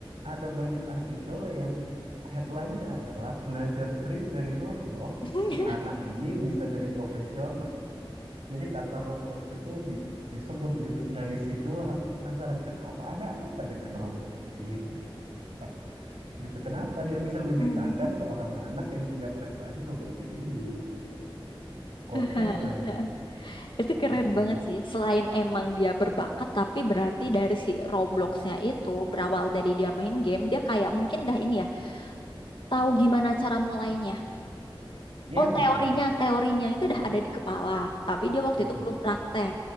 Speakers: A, on the right; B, on the left.
A: ada banyak artikel yang headline-nya adalah belajar drift dari Roblox,
B: <laughs>
A: si anak ini bisa jadi profesional. Jadi kata Roblox itu di- disebut di situ. Dari situlah aku penasaran kenapa ada apa dengan Roblox ini. <laughs> Ada apa? Gitu. Kenapa dia bisa menciptakan
B: Hmm.
A: seorang anak yang punya prestasi seperti ini? Gitu. Kok
B: <laughs>
A: keren
B: Itu keren
A: gitu.
B: banget sih. Selain emang dia berbakat, tapi berarti dari si Robloxnya itu berawal dari dia main game, dia kayak mungkin dah ini ya, tahu gimana cara mulainya.
A: Iya
B: Oh, teorinya,
A: betul betul.
B: teorinya itu udah
A: Mm-mm,
B: ada di kepala, tapi dia waktu
A: mm-mm,
B: itu belum praktek.